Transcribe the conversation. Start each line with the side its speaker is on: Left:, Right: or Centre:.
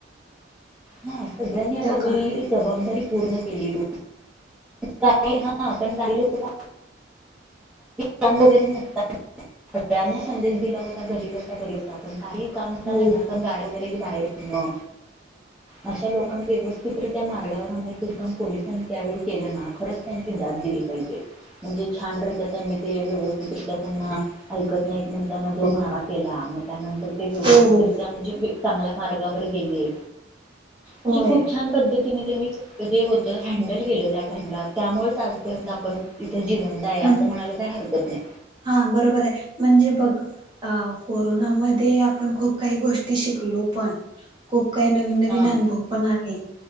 Centre: हा सगळ्यांनी आप
Right: त्या
Centre: आपली
Right: काळात
Centre: जबाबदारी पूर्ण केलेली का हा पण काही लोक काम वगैरे नसतात सगळ्यांना संदेश दिला होता घरी बसा घरी अस आपण काही काम
Right: हो
Centre: नाही ना पण गाड्या वगैरे बाहेर पेने अशा लोकां व्यवस्थितरित्या मार्गावर आणायचं काम पोलिसांनी त्यावेळी केलं ना खरच त्यांची दाद दिली म्हणजे छान रित्या त्यांना ते व्यवस्थितरित्या त्यांना ऐकत नाही म्हणताना मारा केला मग त्यानंतर ते व्यवस्थितरित्या
Right: हो हो
Centre: म्हणजे चांगल्या मार्गावर गेले म्हणजे
Right: होय
Centre: खूप छान पद्धती नी होत हँडल केलं त्या टाइमला त्यामुळेच आजपर्यंत आपण ते जिवंत आहे अस
Right: म्हण
Centre: म्हणायला काही हरकत नाही.
Right: हा बरोबर आहे म्हणजे बघ अ कोरोनामध्ये आपण खूप काही गोष्टी शिकलो. हो पण खूप काही नवीन नवीन
Centre: हा
Right: अनुभव पण आले